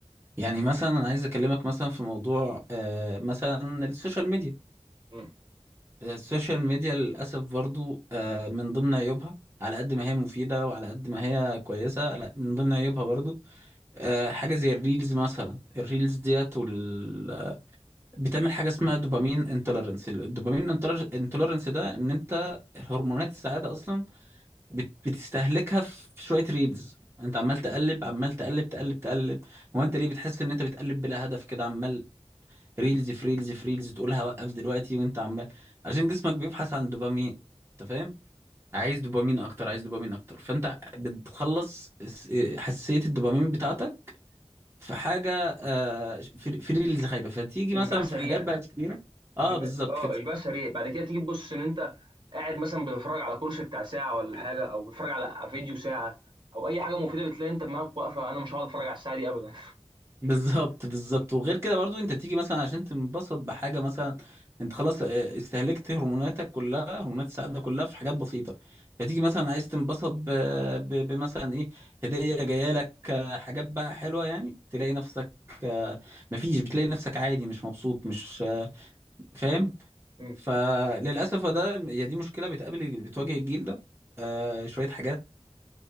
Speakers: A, on the right; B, on the right.
A: يعني مثلا انا عايز اكلمك مثلا في موضوع آه مثلا السوشيال ميديا
B: مم.
A: السوشيال ميديا للأسف برضو آه، من ضمن عيوبها على قد ما هي مفيدة وعلى قد ما هي كويسة لا من ضمن عيوبها برضو آه، حاجة زي الريلز مثلا الريلز ديت وال... بتعمل حاجة اسمها دوبامين انتولرنس الدوبامين انتولرنس ده ان انت هرمونات السعادة اصلا بت... بتستهلكها في شوية ريلز انت عمال تقلب عمال تقلب تقلب تقلب هو انت ليه بتحس ان انت بتقلب بلا هدف كده عمال ريلز في ريلز في ريلز تقولها وقف دلوقتي وانت عمال عشان جسمك بيبحث عن دوبامين انت فاهم عايز دوبامين اكتر عايز دوبامين اكتر فانت بتخلص اس- حساسية الدوبامين بتاعتك في حاجة آه، في في ريلز خايبة فتيجي مثلا
B: إشباع سريع
A: في حاجات بقى كتيرة اه
B: إش-
A: بالظبط
B: اه
A: فت-
B: إشباع سريع بعد كده تيجي تبص إن أنت قاعد مثلا بتتفرج على كورس بتاع ساعة ولا حاجة أو بتتفرج على على فيديو ساعة أو أي حاجة مفيدة بتلاقي أنت دماغك واقفة أنا مش هقعد أتفرج على الساعة دي أبدا
A: بالظبط بالظبط وغير كده برضو انت تيجي مثلا عشان تنبسط بحاجه مثلا انت خلاص اه، استهلكت هرموناتك كلها هرمونات السعاده كلها في حاجات بسيطه فتيجي مثلا عايز تنبسط ب- ب- بمثلا ايه هديه جايه لك اه، حاجات بقى حلوه يعني تلاقي نفسك اه، مفيش بتلاقي نفسك عادي مش مبسوط مش اه، فاهم
B: <laughs>
A: فللاسف ده هي دي مشكله بتقابل بتواجه الجيل ده اه، شويه حاجات